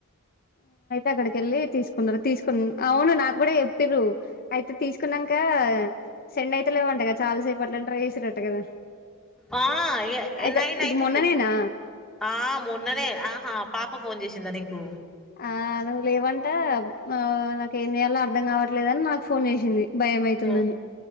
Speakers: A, on the left; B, in the centre.
A: అక్కడికెళ్ళి తీసుకున్నారు తీసుకు అవును నాకు కూడా చెప్ప్ర అయితే తీసుకున్నాక సెండ్ అయితే లేవుంట కదా చాలాసేపు అట్లా ట్రై చేసి్రట కదా
B: ఆ ఏ
A: అయితే
B: నైన్
A: ఇది
B: అయితుంది
A: మొన్ననేనా
B: ఆ మూన్ననే ఆహా పాప ఫోన్ చేసింద ఇప్పు
A: ఆ అ లేవంటే నాక ఏం చేయాలో అర్ధం కావట్లేదని నాకు ఫోన్ చేసింది భయం అయితుందని
B: ఆ